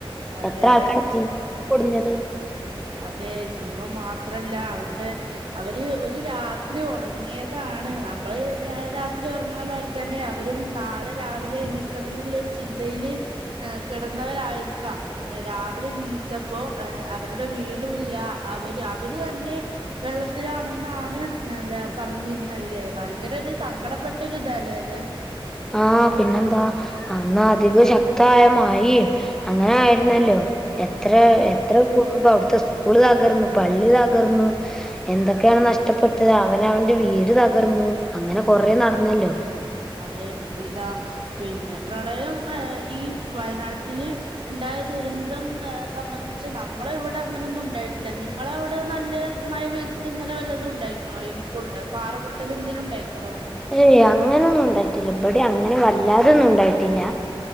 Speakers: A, on the right; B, in the centre.
A: അതെ
B: എത്രാക്കാ ജീവൻ പൊടിഞ്ഞത്.
A: അതെ ജീവം മാത്രല്ല അവരുടെ അവര് ഒരു രാത്രി ഒറങ്ങിയതാ നമ്മള് രാത്രി ഉറങ്ങണമാരിത്തെന്നെ അവരും നാളെ രാവിലെ നീക്കണംന്ന്ള്ളൊരു ചിന്ത യില് കെടന്നവരായിരിക്കാം അങ്ങനെ രാവിലെ നീച്ചപ്പോ അവരുടെ വീടുല്ല അവര് അവര് തന്നെ വെള്ളത്തിലാണെന്നാണ് അതാ പറഞ്ഞിരുന്നത് ല്ലേ ഭയങ്കര ഒരു സങ്കടപ്പെട്ടൊരുത ല്ലേ അത്
B: ആ പിന്നെന്താ അന്ന് അധികം ശക്തായ മഴിം അങ്ങനെ ആയിരുന്നല്ലോ. എത്ര
A: അത്
B: എത്ര കൂടുമ്പം അവിടുത്തെ. സ്കൂള് തകർന്നു പള്ളി തകർന്നു എന്തൊക്കെയാണ് നഷ്ടപ്പെട്ടത് അവനവന്റെ വീട് തകർന്നു. അങ്ങനെ കൊറേ നടന്നല്ലോ.
A: അതെ പിന്നെന്താ പിന്നെ പ്രളയം ഏ ഈ വയനാട്ടില് ണ്ടായ ദുരന്തം സംബന്ധിച്ച് നമ്മളിവിടെ അങ്ങനൊന്നും ണ്ടായിട്ടില്ല നിങ്ങളവിടെ നല്ല മഴ പെയ് ഇങ്ങനെ വല്ലതും ഉണ്ടായിക്കുണോ ഈ പാറ പാറപൊട്ടലെന്തെങ്കിലും ണ്ടായിക്കുണോ
B: ഏയ് അങ്ങനൊന്നും ണ്ടായിട്ടില്ല ഇവടീം അങ്ങനെ വല്ലാതൊന്നും ണ്ടായിട്ടില്ല.